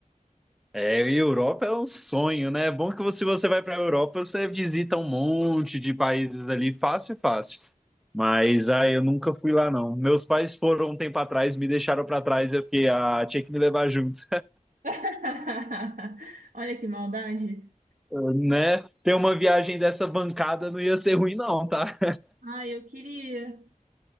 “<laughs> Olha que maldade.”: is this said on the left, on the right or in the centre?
Right